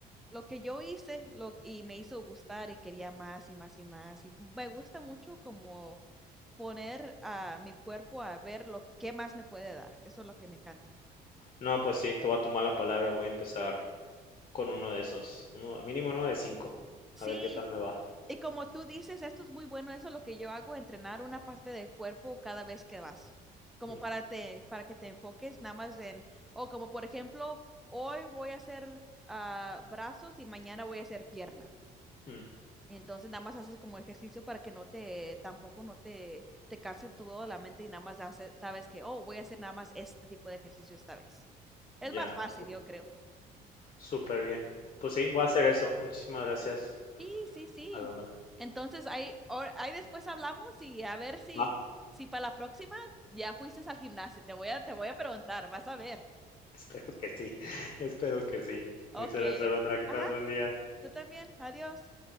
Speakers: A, in the centre; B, on the left.
A: lo que yo hice lo, y me hizo gustar y quería más y más y más. Y me gusta mucho como poner a mi cuerpo a ver lo que más me puede dar. Eso es lo que me encanta.
B: No, pues sí, te voy a tomar la palabra. Voy a empezar con uno de esos. Uno, mínimo uno de cinco.
A: Sí,
B: A ver qué tal me va.
A: Y como tú dices, esto es muy bueno, eso es lo que yo hago, entrenar una parte del cuerpo cada vez que vas, como
B: Mm,
A: para, te, para que te enfoques nada más en, o como por ejemplo, hoy voy a hacer ah, brazos y mañana voy a hacer pierna.
B: mm,
A: Entonces nada más haces como ejercicio para que no te, tampoco no te, te canse todo la mente y nada más hace- sabes que, oh, voy a hacer nada más este tipo de ejercicio esta vez. Es
B: ya,
A: más fácil,
B: sup-
A: yo creo.
B: súper bien. Pues sí, voy a hacer eso. Muchísimas gracias,
A: Sí, sí, sí.
B: Alondra.
A: Entonces, ahí, or- ahí después hablamos y a ver si,
B: Va, <laughs>
A: si para la próxima ya fuiste al gimnasio. Te voy a, te voy a preguntar, vas a ver.
B: espero que sí. <laughs> Espero que sí.
A: Ok.
B: Muchas gracias, Alondra. Que
A: Ajá,
B: tengas buen día.
A: tú también. Adiós.